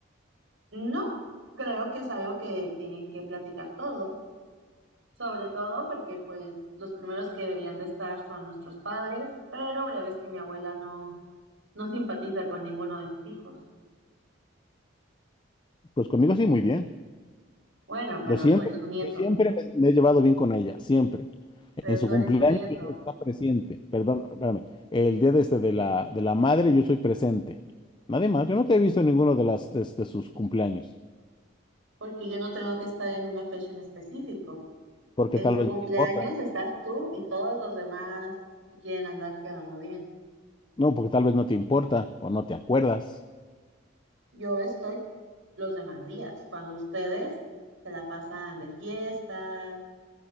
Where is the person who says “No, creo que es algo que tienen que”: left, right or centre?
Right